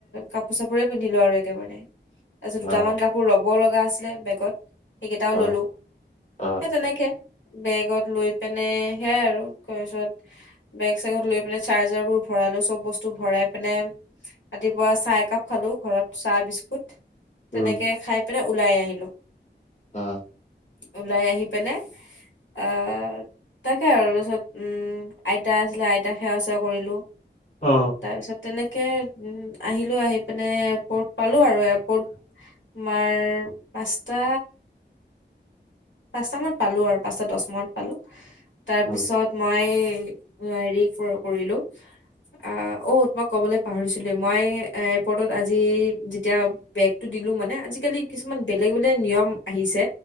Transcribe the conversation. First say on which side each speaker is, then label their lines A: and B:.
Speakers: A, on the left (about 80°); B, on the left (about 40°).
A: কাপোৰ চাপোৰে পিন্ধিলোঁ আৰু একেবাৰে তাৰ পিছত দুটামান
B: অ অ
A: কাপ- পোৰ ল'ব লগা আছিলে বেগত সেইকেইটাও
B: অ
A: ললোঁ
B: অ
A: সে তেনেকে। বেগত লৈ পিনে সেয়াই আৰু কেৰেছত বেগ চেগত লৈ পিনে চাৰ্জাৰ বোৰ ভৰালো চব বস্ত- তো ভৰাই পিনে ৰাতিপুৱা চাহ একাপ খালো ঘৰত চাহ বিস্কুট।
B: উম
A: তেনেকে খাই পেলাই ওলাই আহিলো।
B: অ।
A: ওলাই আহি পিনে অহ তাকে আৰু পিছত আইতা আছিলে আইতাক সেৱা চেৱা কৰিলো।
B: অ।
A: তাৰ পিছত তেনেকে উম আহিলো আহি পিনে এয়াৰপৰ্ট পালো আৰু এয়াৰপৰ্ট তোমাৰ পাঁচটা পাঁচটা মানত পালো আৰু পাঁচটা দছ মানত পালো। তাৰপিছত
B: উম
A: মই এ হেৰি পৰ কৰিলো আহ অ তোমাক মই ক'বলৈ পাহৰিছিলোৱে মই এয়াৰপৰ্টত আজি যেতিয়া বেগতটো দিলো মানে আজিকালি কিছুমান বেলেগ বেলেগ নিয়ম আহিছে